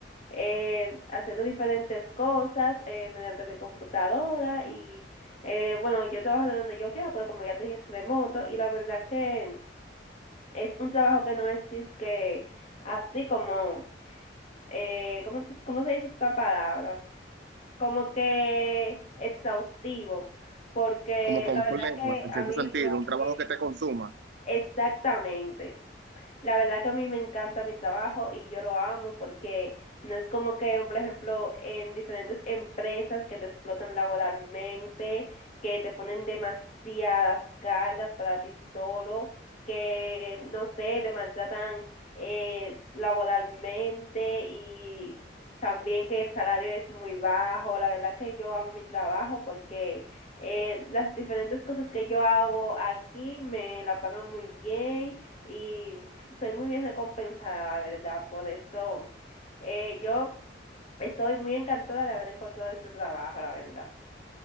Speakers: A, on the left; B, on the right.
A: eh, haciendo diferentes cosas eh, mediante mi computadora y eh, bueno, yo trabajo de donde yo quiera porque como ya te dije es remoto y la verdad que es un trabajo que no es que así como, eh, ¿cómo, te- ¿cómo se dice esta palabra? Como que exhaustivo porque
B: como complejo,
A: la verdad que
B: en
A: a
B: cierto
A: mí
B: sentido,
A: me va
B: un trabajo
A: bien
B: que te consuma.
A: exactamente. La verdad que a mí me encanta mi trabajo y yo lo amo porque no es como que, por ejemplo, en diferentes empresas que te explotan laboralmente, que te ponen demasiadas cargas para ti solo, que, no sé, te maltratan eh, laboralmente y también que el salario es muy bajo. La verdad que yo amo mi trabajo porque eh, las diferentes cosas que yo hago aquí me la pagan muy bien y soy muy bien recompensada, la verdad, por eso eh, yo estoy muy encantada de haber encontrado este trabajo, la verdad.